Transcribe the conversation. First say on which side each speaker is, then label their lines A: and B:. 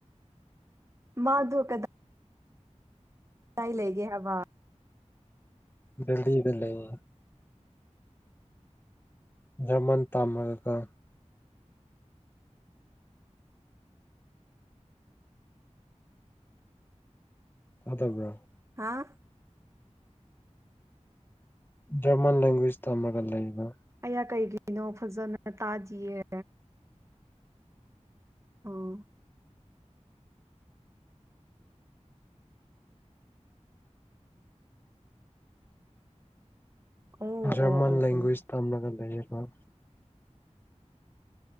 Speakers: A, on the right (about 25°); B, on the left (about 15°).
A: ꯃꯥꯗꯨ ꯀꯗ ꯀꯥꯏ ꯂꯩꯒꯦ ꯍꯥꯏꯕ
B: ꯗꯦꯜꯂꯤꯗ ꯂꯩ ꯖꯔꯃꯟ ꯇꯝꯃꯒ ꯇꯥꯗꯕꯥ꯭ꯔ
A: ꯍꯥꯥ
B: ꯖꯔꯃꯟ ꯂꯦꯡꯒ꯭ꯋꯦꯖ ꯇꯝꯃꯒ ꯂꯩꯕ
A: ꯑꯌꯥ ꯀꯩꯒꯤꯅꯣ ꯐꯖꯅ ꯇꯥꯗꯤꯌꯦ ꯑꯣ ꯑꯣ
B: ꯖꯔꯃꯟ
A: ꯑꯣ ꯑꯣ
B: ꯂꯦꯡꯒ꯭ꯋꯦꯖ
A: ꯑꯣ
B: ꯇꯝꯂꯒ ꯂꯩꯌꯦꯕ